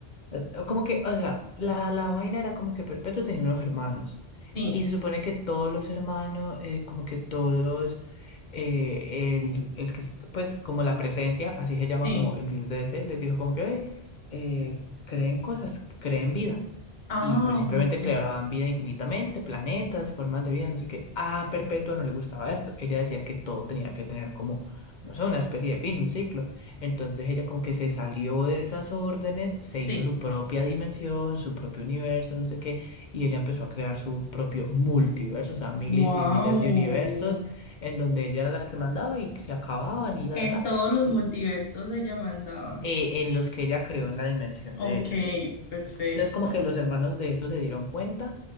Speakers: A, on the left; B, on the left.
A: Es- como que, o sea, la, la vaina era como que Perpetuo tenía unos hermanos.
B: sí,
A: Y se supone que todos los hermanos, eh, como que todos eh, el, el que, est- pues, como la presencia, así se llama
B: sí.
A: como el dios de DC, les dijo como que, "Ve, eh, creen cosas, creen vida.
B: Ah,
A: Y pues simplemente
B: ok.
A: creaban vida infinitamente, planetas, formas de vida, no sé qué. A Perpetua no le gustaba esto. Ella decía que todo tenía que tener como, no sé, una especie de fin, un ciclo. Entonces ella como que se salió de esas órdenes, se
B: Sí.
A: hizo su propia dimensión, su propio universo, no sé qué. Y ella empezó a crear su propio multiverso, o sea, miles
B: Wow.
A: y miles de universos en donde ella era la que mandaba y se acababan y ya,
B: En
A: ta,
B: todos los
A: y
B: multiversos ella mandaba.
A: eh, en los que ella creó en la dimensión
B: Ok,
A: de ella, sí.
B: perfecto.
A: Entonces como que los hermanos de eso se dieron cuenta